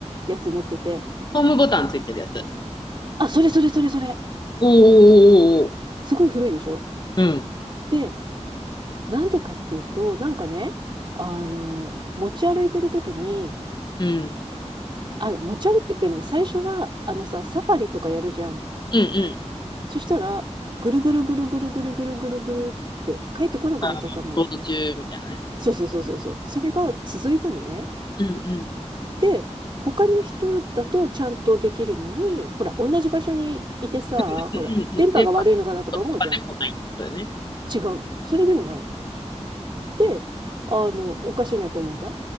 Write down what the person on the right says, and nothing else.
やつ持ってて。
あ、それそれそれそれ。
すごい古いでしょ
で、なんでかっていうと、なんかね、あの、持ち歩いてるときに、
あ、持ち歩いてるかね、最初は、あのさ、サファリとかやるじゃん。
そしたら、ぐるぐるぐるぐるぐるぐるぐるぐるって帰ってこなくなっちゃったのよ。
そうそうそうそうそう。それが続いたのね。
で、他の人だとちゃんとできるのに、ほら、同じ場所にいてさ、
ほら、電波が悪いのかなとか思うじゃん。
違うの。それでもないの。で、あの、おかしいなと思うじゃん。